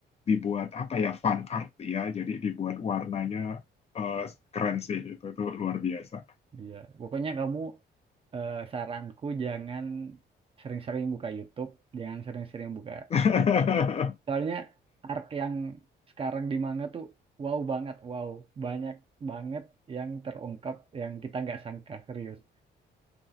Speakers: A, on the left (about 35°); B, on the right (about 30°).
A: dibuat apa ya fan art ya, jadi dibuat warnanya eh, keren sih itu itu luar biasa.
B: Iya, pokoknya kamu eh, saranku jangan sering-sering buka YouTube, jangan sering-sering buka
A: <laughs>
B: Facebook. Soalnya arc yang sekarang di manga tuh wow banget, wow banyak banget yang terungkap yang kita nggak sangka serius.